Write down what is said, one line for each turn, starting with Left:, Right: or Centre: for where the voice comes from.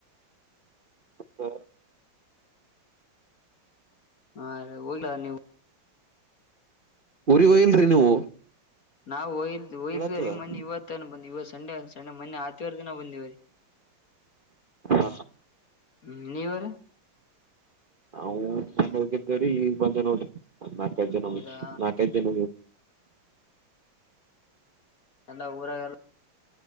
Right: ಹ.
Left: ಹಾ ಹೋಗ್ಲ ನೀವು.
Right: ಉರಿ ಇಲ್ರಿ ನೀವು.
Left: ನಾವು್ರೆ
Right: ಕೇಳತದ
Left: ಮ ಯುವತಂದ ಯ. ಸಂಡೆ ಸಂಡೆ ಮೊೆ ಆತ್ವರ್ ದಿನ ಬಂದಿವ ರೀ
Right: ಹಾ.
Left: ಹ್ಮ್ ನೀನ್ಯೂವರ್.
Right: ಹ ನ ಹಗ್ದೇರಿ ಈ ಬಂಚೋಡಿ ನಾಲ್ಕೈದು ಜನ
Left: ಹೌದಾ
Right: ನಾಲ್ಕೈದು ಜನ
Left: ಎಲ್ಲ ಊರಾಗಲ್ಲ